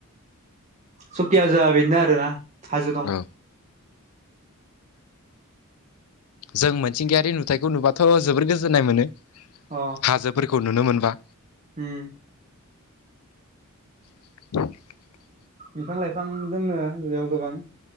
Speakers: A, on the right; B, on the left.
A: सकि हाजोआ बिदिनो आरोना हाजो रं।
B: औ जों मिथिंगायारि नुथायखौ नुबाथ' जोबोर गोजोननाय मोनो।
A: अ।
B: हाजोफोरखौ नुनो मोनबा।
A: उम।
B: <inaudible>
A: बिफां लाइफां दङ बेयाव गोबां।